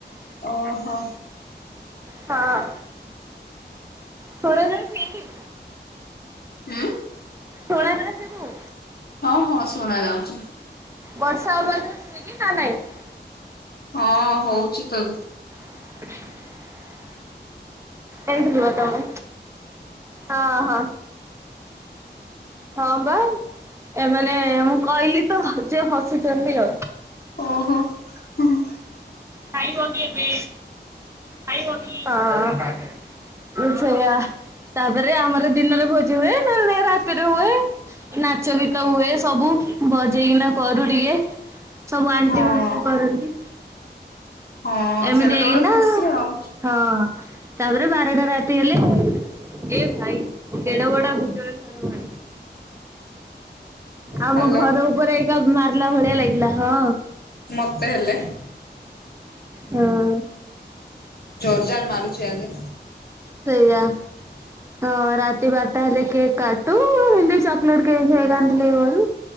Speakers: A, on the left; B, on the right.
A: ଓହୋ।
B: ହଁ। ଶୁଣାଯାଉଛି ଏଇଠି?
A: ହୁଁ।
B: ଶୁଣା ଯାଉଛି ସବୁ?
A: ହଁ ହଁ ଶୁଣା ଯାଉଛି।
B: ବର୍ଷାବାଛି କି ନା ନାଇଁ <unintelligible>
A: ହଁ ହଉଛି ତ।
B: <inaudible> ଏଇଠ ଥିବ ତମେ ହଁ ହଁ। ହଁ ବା ଏମାନେ ମୁଁ କହିଲି ତ ଯେ ହସିଛନ୍ତି ଆଉ
A: ଓହୋ ହ ହ।
B: ଖାଇବକି ଏବେ ଖାଇବକି? ସେଇଆ ତାପରେ ଆମର ଦିନରେ ଭୋଜି ହୁଏ ନହେଲେ ନାଇ ରାତିରେ ହୁଏ। ନାଚ ଗୀତ ହୁଏ ସବୁ ବଜେଇକିନା କରୁ ଟିକେ ସବୁ ଆଣ୍ଟି
A: ହଁ
B: ମାନଙ୍କୁ କରନ୍ତି।
A: ହଁ
B: ଏମିତି
A: ସେଇଟା
B: ହେଇକି
A: ତ ଗୋଟେ
B: ନା
A: ଖୁସି ଆଉ
B: ହଁ। ତାପରେ ବାରଟା ରାତି ହେଲେ ଏ ଭାଇ କେଡ ବଡ ବିଜୁଳି ଘଡଗଡି ତା <inaudible> ଆମ
A: ହ୍ୟାଲୋ
B: ଘର ଉପରେ ଏଇଟା ମାରିଲା ଭଳିଆ ଲାଗିଲା ହଁ।
A: ମତେ ହେଲେ
B: ହଁ।
A: ଜୋରଜାର ମାରୁଛି ଆଜି
B: ସେଇଆ। ତ ରାତି ବାରଟା ହେଲେ କେକ୍ କାଟୁ ହିନ୍ଦ ଚକଲେଟ କେକ୍ ଫେକେ ଆଣିଥିଲେ କରୁ।